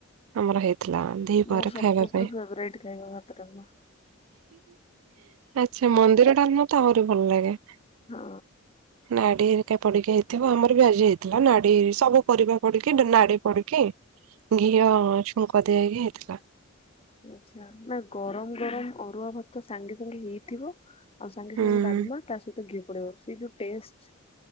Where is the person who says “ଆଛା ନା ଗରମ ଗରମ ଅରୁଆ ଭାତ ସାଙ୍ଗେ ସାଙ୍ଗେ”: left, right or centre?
Left